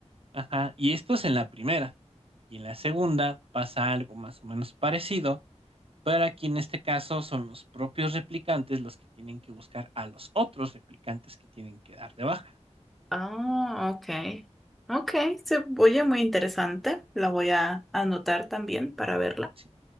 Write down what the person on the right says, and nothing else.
ajá, y esto es en la primera. Y en la segunda pasa algo más o menos parecido, pero aquí en este caso son los propios replicantes los que tienen que buscar a los otros replicantes que tienen que dar de baja.
Si,